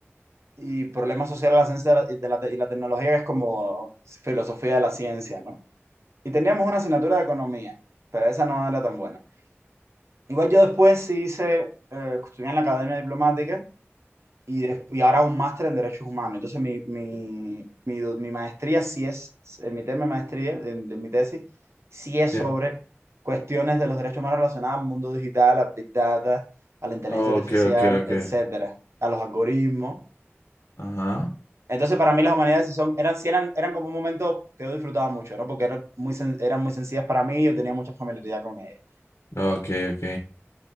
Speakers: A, on the right; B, on the left.
A: y problemas sociales de la ciencia de la- de la te- y la tecnología es como filosofía de la ciencia, ¿no? Y teníamos una asignatura de economía, pero esa no era tan buena. Igual yo después sí hice, eh, estudié en la Academia Diplomática y, des- y ahora un máster en Derechos Humanos. Entonces mi, mi, mi, do- mi maestría sí es, en mi tema de maestría, en, de mi tesis, sí es
B: ¿Sí?
A: sobre cuestiones de los derechos humanos relacionadas al mundo digital, a Big Data, a la inteligencia
B: Ok,
A: artificial,
B: ok, ok.
A: etcétera, a los algoritmos
B: Ajá.
A: Entonces, para mí las humanidades sí son, eran, sí eran, eran como un momento que yo disfrutaba mucho, ¿no? Porque eran muy, sen- eran muy sencillas para mí y yo tenía mucha familiaridad con ellas.
B: Ok, ok.